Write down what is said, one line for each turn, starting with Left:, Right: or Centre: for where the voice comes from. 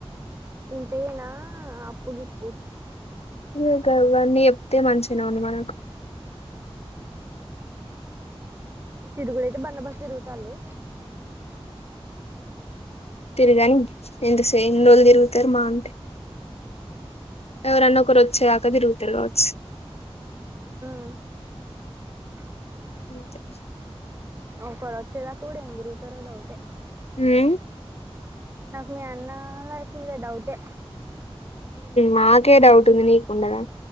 Right: ఇంతేన అప్పుగిప్పు
Left: ఇ కావన్నీ చెప్తే మంచిగానే ఉడి మనకు
Right: తిరుగులేతే బళ్ల్ బాస్ తిరుగుతలుు
Left: తిరుగాని ఎంత సే ఎన్ని రోజులు తిరుగుతారు మా అంటే ఎవరన్న ఒకరు వచ్చేదాకా తిరుగుతారు కావచ్చు
Right: <unintelligible>
Left: ఇంతే
Right: ఒక్కరు వచ్చేదాకా కూడా ఏం తిరుగుతారో డౌటే
Left: హు
Right: నాకు మీ అన్న లైఫ్ మీద డౌటే
Left: మాకే డౌట్ ఉంది నీకుండగా